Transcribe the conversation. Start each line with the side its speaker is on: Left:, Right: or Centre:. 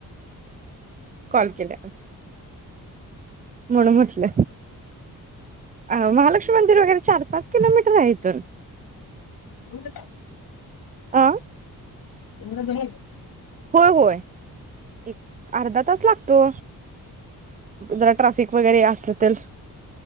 Right: <inaudible> कॉल केल्यावर म्हणून म्हटलं अ महालक्ष्मी मंदिर वगैरे चार पाच किलोमीटर आहे इथून
Left: एवढ <unintelligible>
Right: आं
Left: एवढं जवळ आहे का
Right: होय होय एक अर्धा तास लातो जरा ट्राफिक वगैरे असलं तर